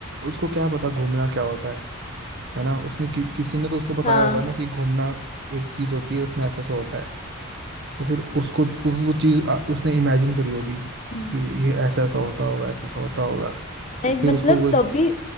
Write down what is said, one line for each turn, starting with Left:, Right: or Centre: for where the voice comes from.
Right: उसको क्या पता घूमना क्या होता है है ना उसने कि, किसी ने तो उसको बताया
Left: हाँ
Right: होगा ना कि घूमना एक चीज होती है उसमें ऐसा ऐसा होता है तो फिर उसको उस, वो चीज आ, उसने इमेजिन करी होगी कि
Left: हम्म
Right: ये ऐसा ऐसा होता होगा ऐसा ऐसा होता होगा
Left: नहीं मतलब
Right: फिर उसको वो
Left: तब भी